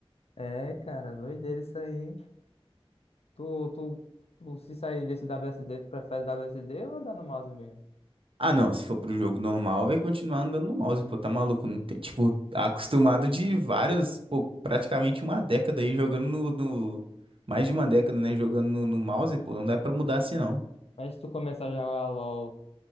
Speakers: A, on the left; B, on the right.
A: É, cara, doideira isso aí. Tu, tu, tu se sair desse WSD, tu prefere WSD ou andar no mouse mesmo?
B: Ah, não, se for pro jogo normal, vai continuar andando no mouse, pô, tá maluco, não tem, tipo, tá acostumado de vários, pô, praticamente uma década aí jogando no, no- mais de uma década, né, jogando no, no mouse, pô, não dá pra mudar assim, não.
A: Mas se tu começar a jogar LoL